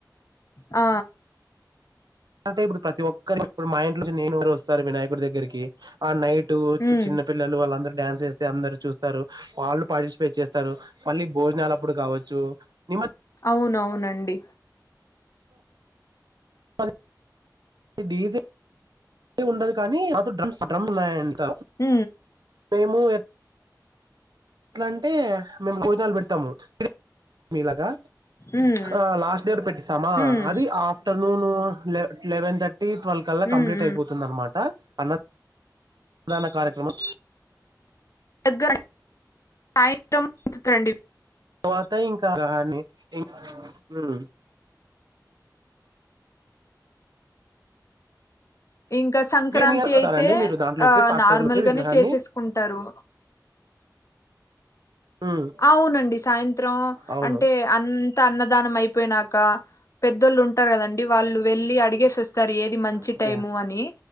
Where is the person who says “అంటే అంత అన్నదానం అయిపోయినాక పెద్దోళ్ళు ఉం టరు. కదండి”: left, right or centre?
Left